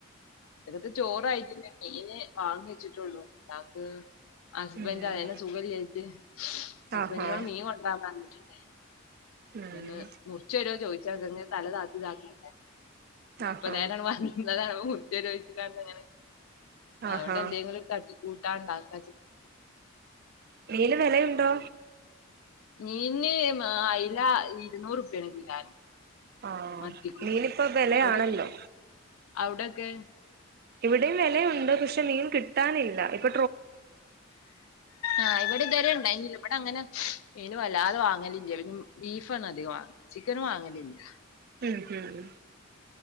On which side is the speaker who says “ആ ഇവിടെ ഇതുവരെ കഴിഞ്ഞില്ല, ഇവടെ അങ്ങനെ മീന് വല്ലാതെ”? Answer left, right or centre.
Left